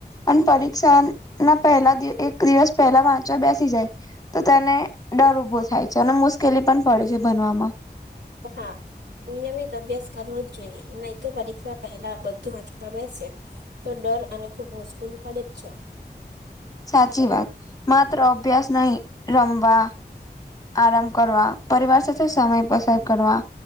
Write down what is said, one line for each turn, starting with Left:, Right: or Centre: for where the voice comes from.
Left: અને પરીક્ષા ના પહેલા એક દિવસ પહેલા વાંચવા બેસી જાય તો તેને ડર ઉભો થાય છે અને મુશ્કેલી પણ પડે છે, ભનવામાં
Right: હ હા નિયમિત અભ્યાસ કરવો જ જોઈએ નહી તો પરીક્ષા પહેલા બધું <unintelligible> છે. તો ડર અને ખુબ મુશ્કેલી પડે જ છે.
Left: સાચી વાત માત્ર અભ્યાસ નહી રમવા આરામ કરવા પરિવાર સાથે સમય પસાર કરવા